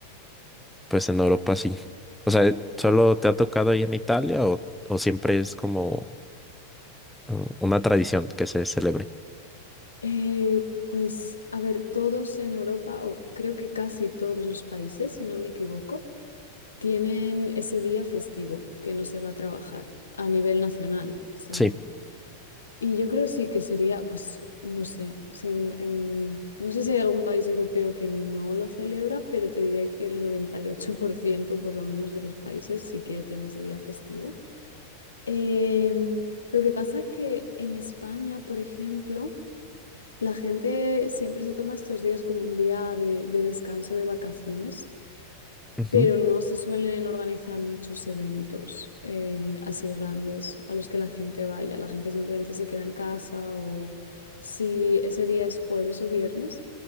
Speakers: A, in the centre; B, on the left (about 75°).
A: Pues en Europa sí. O sea, ¿solo te ha tocado ahí en Italia o, o siempre es como eh, una tradición que se celebre?
B: Eh, pues, a ver, todos en Europa, o creo que casi todos los países, si no me equivoco tienen ese día festivo que no se va a trabajar a nivel nacional. O sea,
A: Sí,
B: y yo creo sí que sería, pues, no sé, si en- en- no sé si hay algún país europeo que no lo celebra, pero te diría que el noventa y ocho por ciento por lo menos de los países sí que tiene ese día festivo. Em, lo que pasa es que en España, por ejemplo, la gente siempre se toma estos días como un día de, de descanso, de vacaciones
A: ujú,
B: pero no se suelen organizar muchos eventos eh, así grandes a los que la gente vaya. La gente simplemente se queda en casa o si ese día es jueves o viernes,